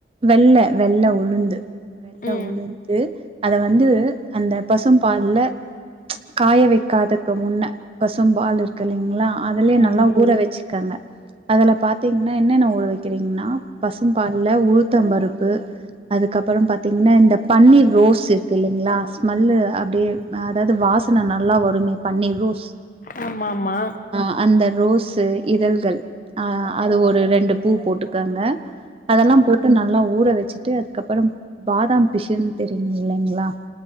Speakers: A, on the right (about 30°); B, on the left (about 45°).
A: வெள்ள வெள்ள உளுந்து வெள்ள
B: ம்
A: உளுந்து அத வந்து அந்த பசும் பால்ல காய வெக்காதக்கு முன்ன பசும்பால்ரு கில்லைங்ளா அதுலே நல்லா
B: ஆமா
A: ஊற வச்சிக்கங்க அதுல பாத்தீங்னா என்னென்ன ஊற வெக்றீங்ன்னா பசும் பால்ல உளுத்தம்பருப்பு அதுக்கப்புறோ பாத்தீங்கன்னா இந்த பன்னீர் ரோஸ் இருக்கு இல்லைங்ளா ஸ்மெல்லு அப்டியே அதாது வாசன நல்லா வருமே பன்னீர் ரோஸ்
B: ஆமாமா
A: ஆ அந்த ரோசு இதழ்கள் அ அது ஒரு ரெண்டு பூ போட்டுக்கங்க அதெல்லா
B: ஆ
A: போட்டு நல்லா ஊற வச்சுட்டு அதுக்கப்பறம் பாதாம் பிஷன் தெரியுங்ளங்களா